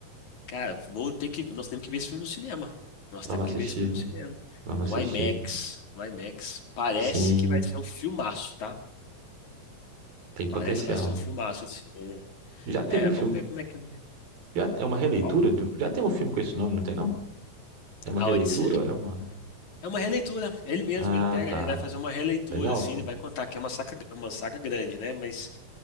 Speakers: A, on the left (about 55°); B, on the right (about 80°).
A: Cara, vou ter que. Nós temos que ver esse filme no cinema. Nós
B: Vamos
A: temos que
B: assistir,
A: ver esse filme no
B: velho.
A: cinema.
B: Vamos
A: No
B: assistir.
A: IMAX. No IMAX. Parece
B: Sim.
A: que vai ser um filmaço, tá?
B: Tem potencial.
A: Parece que vai ser um filmaço. esse- ele-
B: Já tem
A: É,
B: um filme.
A: vamos ver como é que.
B: Já é uma releitura
A: Qual?
B: de um- Já tem um filme com esse nome, não tem não? É uma
A: A
B: releitura
A: Odisseia.
B: ou é uma.
A: É uma releitura. Ele mesmo,
B: Ah,
A: ele pega,
B: tá.
A: ele vai fazer uma releitura,
B: Legal,
A: assim,
B: pô.
A: ele vai contar que é uma saga, uma saga grande, né? Mas